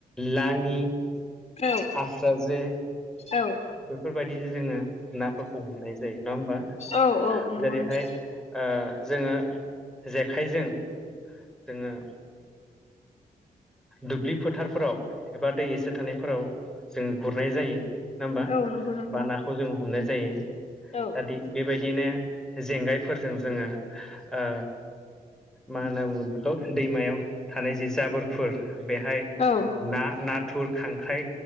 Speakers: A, in the centre; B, on the left (about 45°).
A: लाङि
B: औ।
A: आस्रा जे
B: औ।
A: बेफोरबायाददि जोङो नाफोरखौ हमनाय जायो नङा होमबा?
B: औ औ नंगौ
A: जेरैहाय
B: नोंथां
A: ओ जोङो जेखाइजों जोङो दुब्लि फोथारफोराव एबा दै एसे थानायफोराव जोङो गुरनाय जायो। नङा होमबा?
B: औ नंगौ नोंथां
A: बा नाखौ जोङो हमनाय जायो।
B: औ।
A: दा दि बेबायदिनो जेंगायफोरजों जोङो ओ मा होनना बुंगोन बेखौ दैमायाव थानाय जि जाबोरफोर बेहाय
B: औ।
A: ना नाथुर खांख्राइ